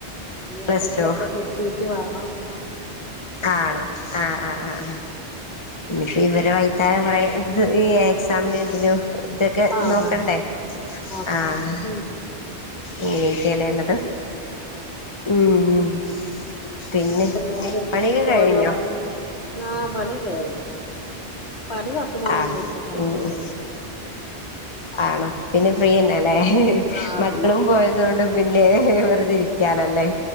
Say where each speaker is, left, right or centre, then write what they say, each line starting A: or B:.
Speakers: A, on the left; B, on the left.
A: ഞ്ഞി
B: പ്ലസ്
A: എവിടെങ്കിലൊക്കെ
B: ടു
A: കിട്ടീട്ട് വേണം ആഹ്
B: ആണോ ആഹ് ആഹ് ആഹ് ആഹ് ഇനിയിപ്പ ഇവര് <unintelligible> കൊറെ ഇത് ഈ എക്സാമിനോ ഇതിനും ഇതൊക്കെ
A: ആഹ്
B: നോക്കണ്ടേ
A: ആഹ് നോക്കണം
B: ആഹ്
A: ഉം
B: ഇങ്ങനെക്കലള്ളത് ഉം ഉം പിന്നെ
A: എല്ലാരും
B: കഴിഞ്ഞോ
A: ഓരോ ആഹ് പണിക്കെ കഴിഞ്ഞ് പണി പത്ത് മണിയുമ്പോത്തന്
B: ആണോ
A: പണിക്ക
B: ഉം ഉം
A: കയ്യും
B: ആണോ പിന്നെ ഫ്രീയന്നെ അല്ലേ
A: ആഹ്
B: മക്കളും
A: പിന്നെ
B: പോയത് അതുകൊണ്ട് പിന്നെ വെറുതെ ഇരിക്കാലോല്ലേ